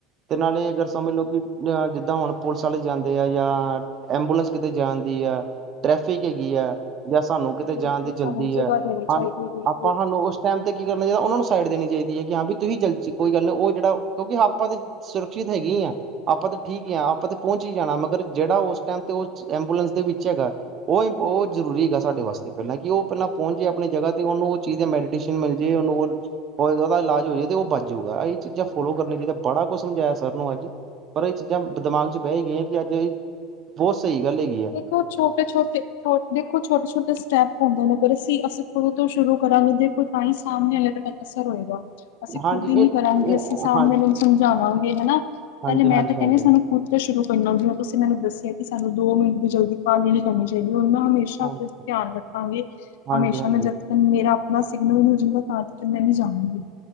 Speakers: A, on the right; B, on the left.
A: ਤੇ ਨਾਲੇ ਅਗਰ ਸਮਝ ਲਓ ਕਿ ਤਾਂ ਹੁਣ ਪੁਲਿਸ ਵਾਲੇ ਜਾਂਦੇ ਆ ਜਾਂ ਐਬੂਲੈਂਸ ਕਿਤੇ ਜਾਂਣਦੀ ਆ ਟ੍ਰੈਫਿਕ ਹੈਗੀ ਹੈ ਜਾਂ ਸਾਨੂੰ ਕਿਤੇ
B: ਬਿਲਕੁਲ
A: ਜਾਣ ਦੀ ਜਲਦੀ
B: ਸਾਨੂੰ ਸੁਭਾਅ
A: ਹੈ
B: ਦੇਣੀ ਚਾਹੀਦੀ
A: ਹਾਂ
B: ਬਿਲਕੁਲ
A: ਆਪਾਂ ਸਾਨੂੰ ਉਸ ਟਾਈਮ ਤੇ ਕੀ ਕਰਨਾ ਚਾਹੀਦਾ ਉਹਨਾ ਨੂੰ ਸਾਈਡ ਦੇਣੀ ਚਾਹੀਦੀ ਹੈ ਕਿ ਹਾਂ ਵੀ ਤੁਸੀਂ ਜਲ ਕੋਈ ਗੱਲ ਉਹ ਜਿਹੜਾ ਕਿਉਂਕਿ ਆਪਾਂ ਤੇ ਸੁਰੱਖਿਅਤ ਹੈਗੀ ਹੀ ਆ ਆਪਾਂ ਤਾਂ ਠੀਕ ਹਾਂ ਆਪਾਂ ਤੇ ਪਹੁੰਚ ਹੀ ਜਾਣਾ ਮਗਰ ਜਿਹੜਾ ਉਸ ਟਾਈਮ ਤੇ ਐਂਬੂਲੈਂਸ ਦੇ ਵਿੱਚ ਹੈਗਾ ਉਹ ਉਹ ਜ਼ਰੂਰੀ ਹੈਗਾ ਸਾਡੇ ਵਾਸਤੇ ਪਹਿਲਾਂ ਕਿ ਉਹ ਪਹਿਲਾਂ ਪਹੁੰਚੇਏ ਆਪਣੀ ਜਗਾ ਤੇ ਉਹਨ ਉਹ ਚੀਜ਼ ਹੈ ਮੈਡੀਟੇਸ਼ਨ ਮਿਲ ਜਾਵੇ ਉਹਦਾ ਇਲਾਜ ਹੋ ਜਾਏ ਤੇ ਉਹ ਬੱਚ ਜਾਊਗਾ ਇਹ ਚੀਜ਼ਾਂ ਫੋਲੋ ਕਰਨੀਆਂ ਚਾਹੀਦਾ ਬੜਾ ਕੁਝ ਸਮਝਾਇਆ ਸਰ ਨੂੰ ਅੱਜ ਪਰ ਇਹ ਚੀਜ਼ਾਂ ਦਿਮਾਗ ਚਚ ਬਹਿ ਹੀ ਗਈਆਂ ਕਿ ਅੱਜ ਇਹ ਬਹੁਤ ਸਹੀ ਗੱਲ ਹੈਗੀ ਹੈ।
B: ਦੇਖੋ ਛੋਟੇ- ਛੋਟੇ ਦੇਖੋ ਛੋਟੇ- ਛੋਟੇ ਸਟੈਪ ਹੁੰਦੇ ਨੇ ਅਗਰ ਅਸੀਂ, ਅਸੀਂ ਖੁਦ ਤੋਂ ਸ਼ੁਰੂ ਕਰਾਂਗੇ ਦੇਖ ਕੋਈ ਤਾਂ ਹੀ ਸਾਹਮਣੇ ਆਲੇ ਤਾਂ ਅਸਰ ਹੋਏਗਾ ਅਸੀਂ
A: ਹਾਂਜੀ
B: ਖੁਦ ਹੀ
A: ਇਹ
B: ਨੀ ਕਰਾਂਗੇ
A: ਇਹ
B: ਅਸੀਂ ਸਾਹਮਣੇ
A: ਹਾਂਜੀ
B: ਆਲੇ ਨੂੰ ਸਮਝਾਵਾਂਗੇ ਹਨਾ ਪਹਿਲੇ
A: ਹਾਂਜੀ
B: ਮੈਂ
A: ਹਾਂਜੀ
B: ਕਹਿੰਦੀ
A: ਹਾਂਜੀ
B: ਸਾਨੂੰ
A: ਹਾਂਜੀ
B: ਕੁਛ ਸ਼ੁਰੂ ਕਰਨਾ ਜਿਵੇ ਤੁਸੀਂ ਮੈਨੂੰ ਦੱਸਿਆ ਕਿ ਸਾਨੂੰ ਦੋ ਮਿੰਟ ਦੀ ਜਲਦੀ ਕਾਹਾਲੀ ਨਈ ਕਰਨੀ ਚਾਹੀਦੀ ਉਹਨਾਂ ਹਮੇ ਅੱਛਾ
A: ਹਾਂਜੀ
B: ਫੇਰ ਧਿਆਨ ਰੱਖਾਂਗਿ
A: ਹਾਂਜੀ
B: ਹਮੇਸ਼ਾ
A: ਹਾਂਜੀ
B: ਮੈਂ ਜਦ ਮੇਰਾ ਆਪਣਾ ਸਿਗਨਲ ਮਿਲਜਾਂਦਾ ਤਾਂ ਤਕ ਫਿਰ ਮੈਂ ਨੀ ਜਾਂਦੀ